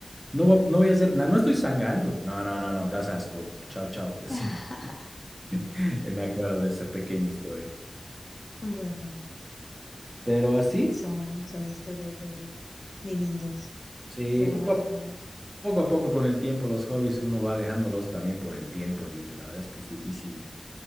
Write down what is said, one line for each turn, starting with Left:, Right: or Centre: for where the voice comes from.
Right: No, voy a- no voy a hacer nada, no estoy sangrando. No, no, no, no, das asco. Chao, chao. <laughs>
Left: <laughs>
Right: Sí, me acuerdo de esa pequeña historia.
Left: Bueno,
Right: Pero así.
Left: sí, son, son historias de, de niños.
Right: Sí,
Left: Qué buenos
Right: poco a,
Left: recuerdos.
Right: poco a poco con el tiempo los hobbies uno va dejándolos también por el tiempo libre. La verdad es que es difícil